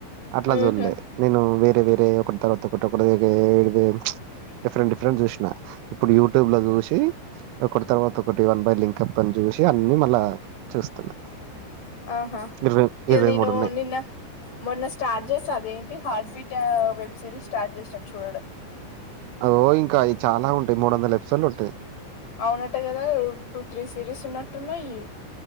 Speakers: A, on the right; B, on the left.
A: అట్ల
B: ఉహు
A: చుల్లె నేను వేరే వేరే ఒకటి తర్వాత ఒకటి ఒకటి వేరేది డిఫరెంట్ డిఫరెంట్ చూసిన ఇప్పుడు యూట్యూబ్ లో చూసి ఒకటి తర్వాత ఒకటి వన్ బై లింక్ అప్ అని చూసి అన్ని మళ్ళా చూస్తున్నా
B: ఆహా
A: ఇరవై
B: ఇ
A: ఇరవై
B: నేను
A: మూడు ఉన్నాయి
B: నిన్న మొన్న స్టార్ట్ చేసా అదే ఈ heart beta web series start చేసినా చూడడం
A: అగో ఇంకా అవి చాలా ఉంటయి మూడు వందల ఎపిసోడ్లు ఉంటై
B: అవునటే కదా యి టూ త్రీ సిరీస్ ఉన్నట్టున్నాయి